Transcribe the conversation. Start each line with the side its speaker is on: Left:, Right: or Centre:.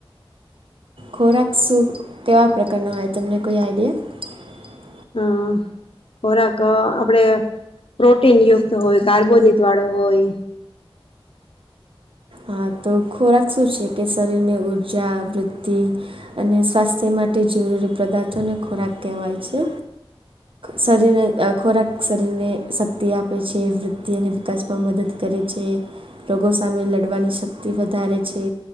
Right: ખોરાક શું કેવા પ્રકારના હોય તમને કોઈ આઈડિયા
Left: હા ખોરાક અ આપણેે પ્રોટીન યુક્ત હોય કાર્બોહાડ્એટ વાળો હોય.
Right: હા તો ખોરાક શું છે કે શરીરને ઉર્જા વૃદ્ધિ અને સ્વાસ્થ્યમાં માટે જરૂરી પદાર્થોને ખોરાક કહેવાય છે. શરીરને અ ખોરાક શરીરને શક્તિ આપે છે વૃદ્ધિ અને વિકાસમાં મદદ કરે રે છે રોગો સામે લડ વાની શક્તિ વધારે છે